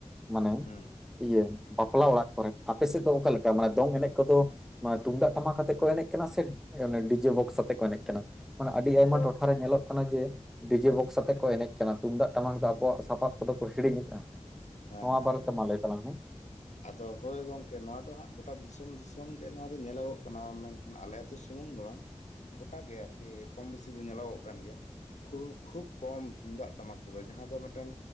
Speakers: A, in the centre; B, on the left.
A: ᱢᱟᱱᱮ
B: ᱦᱩᱸ
A: ᱤᱭᱟᱹ ᱵᱟᱯᱞᱟ ᱚᱲᱟᱜ ᱠᱚᱨᱮ, ᱟᱯᱮ ᱥᱮᱫ ᱫᱚ ᱚᱠᱟ ᱞᱮᱠᱟ ᱢᱟᱱᱮ ᱫᱚᱝ ᱮᱱᱮᱡ ᱠᱚ ᱫᱚ ᱢᱟᱱᱮ ᱛᱩᱢᱫᱟᱜ ᱴᱟᱢᱟᱠ ᱟᱛᱮᱜ ᱠᱚ ᱮᱱᱮᱡ ᱠᱟᱱᱟ ᱥᱮ ᱚᱱᱮ ᱰᱤᱡᱮ ᱵᱚᱠᱥ ᱟᱛᱮᱜ ᱠᱚ ᱮᱱᱮᱡ ᱠᱟᱱᱟ? ᱢᱟᱱᱮ ᱟᱹᱰᱤ
B: ᱟᱫᱚ
A: ᱟᱭᱢᱟ ᱴᱚᱴᱷᱟᱨᱮ ᱧᱮᱞᱚᱜ ᱠᱟᱱᱟ ᱡᱮ ᱰᱤᱡᱮ
B: ᱦᱳᱭ
A: ᱵᱚᱠᱥ ᱟᱛᱮᱜ ᱠᱚ ᱮᱱᱮᱡ ᱠᱟᱱᱟ᱾ ᱛᱩᱢᱫᱟᱜ ᱴᱟᱢᱟᱠ ᱫᱚ ᱟᱵᱚᱣᱟᱜ ᱥᱟᱯᱟᱵ ᱠᱚᱫᱚ ᱠᱚ ᱦᱤᱲᱤᱧᱮᱜ-ᱟ,
B: ᱦᱮᱸ
A: ᱱᱚᱣᱟ
B: ᱦᱮᱸ
A: ᱵᱟᱨᱮ
B: ᱦᱮᱸ
A: ᱛᱮ ᱢᱟ ᱞᱮᱭ ᱛᱟᱞᱟᱝ ᱢᱮ᱾
B: ᱟᱫᱚ ᱦᱳᱭ ᱜᱚᱝᱠᱮ ᱱᱚᱣᱟ ᱫᱚ ᱦᱟᱸᱜ ᱜᱚᱴᱟ ᱫᱤᱥᱚᱢ ᱫᱤᱥᱚᱢ ᱜᱮ ᱱᱚᱣᱟ ᱫᱚ ᱧᱮᱞᱚᱜᱚᱜ ᱠᱟᱱᱟ ᱚᱱᱮ ᱠᱷᱟᱱ ᱟᱞᱮ ᱟᱹᱛᱩ ᱥᱩᱢᱩᱝ ᱫᱚ ᱵᱟᱝ ᱜᱚᱴᱟ ᱜᱮ ᱟᱨᱠᱤ ᱠᱚᱢ ᱵᱤᱥᱤ ᱫᱚ ᱧᱮᱞᱚᱜᱚᱜ ᱠᱟᱱ ᱜᱮᱭᱟ᱾ ᱠᱷᱩ, ᱠᱷᱩᱵ ᱠᱚᱢ ᱛᱩᱢᱫᱟᱜ ᱴᱟᱢᱟᱠ ᱛᱮᱫᱚ᱾ ᱡᱟᱦᱟᱸ ᱫᱚ ᱢᱮᱫᱴᱮᱱ